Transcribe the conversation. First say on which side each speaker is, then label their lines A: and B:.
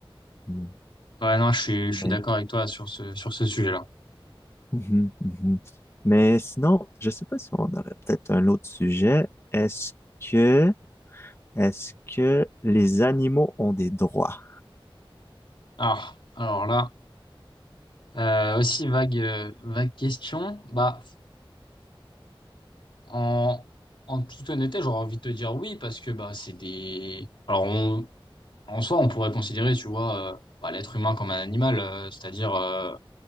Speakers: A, on the left; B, on the left.
A: mm.
B: Ouais, non, je suis, je
A: Mais,
B: suis d'accord avec toi sur ce, sur ce sujet-là.
A: Mhm, mhm. Mais sinon, je sais pas si on aurait peut-être un autre sujet. Est-ce que, est-ce que les animaux ont des droits?
B: Ah, alors là, euh, aussi vague, euh, vague question. Bah, en, en toute honnêteté, j'aurais envie de te dire oui parce que bah, c'est des. Alors, on, En soi, on pourrait considérer, tu vois, euh, bah, l'être humain comme un animal, euh, c'est-à-dire, euh,